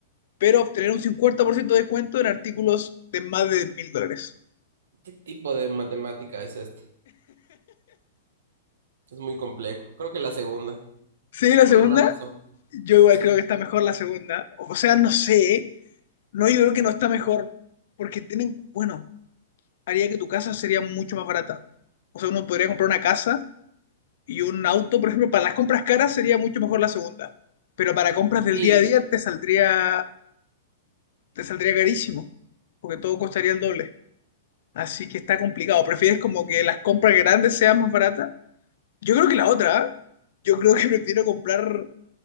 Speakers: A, on the left; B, on the right.
A: pero obtener un 50% de descuento en artículos de más de mil dólares.
B: ¿Qué tipo de matemática es esta? Es muy complejo. Creo que la segunda,
A: Sí, la
B: por
A: segunda,
B: alguna razón.
A: yo igual
B: Sí.
A: creo que está mejor la segunda. O sea, no sé, no, yo creo que no está mejor, porque tienen, bueno, haría que tu casa sería mucho más barata. O sea, uno podría comprar una casa y un auto, por ejemplo, para las compras caras sería mucho mejor la segunda, pero para compras del
B: Sí,
A: día a día te saldría, te saldría carísimo, porque todo costaría el doble. Así que está complicado. ¿Prefieres como que las compras grandes sean más baratas? Yo creo que la otra, ¿eh? yo creo que prefiero comprar